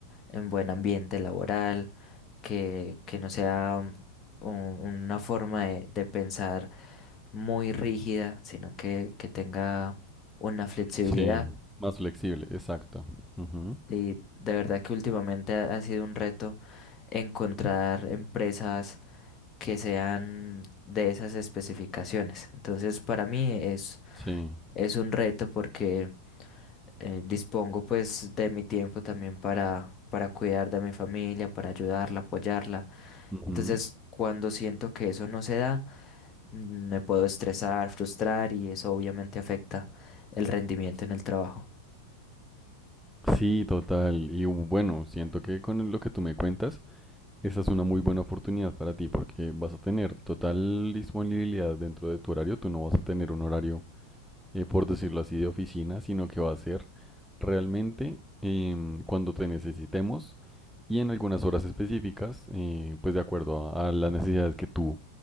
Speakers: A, on the left (about 25°); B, in the centre.
A: en buen ambiente laboral, que, que no sea um, un- una forma de, de pensar muy rígida, sino que, que tenga una flexibilidad.
B: Sí, más flexible, exacto. Ujú,
A: Y de verdad que últimamente ha ha sido un reto encontrar empresas que sean de esas especificaciones. Entonces, para mí es,
B: Sí.
A: es un reto porque eh, dispongo pues de mi tiempo también para, para cuidar de mi familia, para ayudarla, apoyarla.
B: Ujú.
A: Entonces, cuando siento que eso no se da, mm, me puedo estresar, frustrar y eso obviamente afecta el rendimiento en el trabajo.
B: Sí, total. Y bueno, siento que con lo que tú me cuentas, Esa es una muy buena oportunidad para ti porque vas a tener total disponibilidad dentro de tu horario. Tú no vas a tener un horario, eh, por decirlo así, de oficina, sino que va a ser realmente em, cuando te necesitemos y en algunas horas específicas, eh, pues de acuerdo a, a las necesidades que tú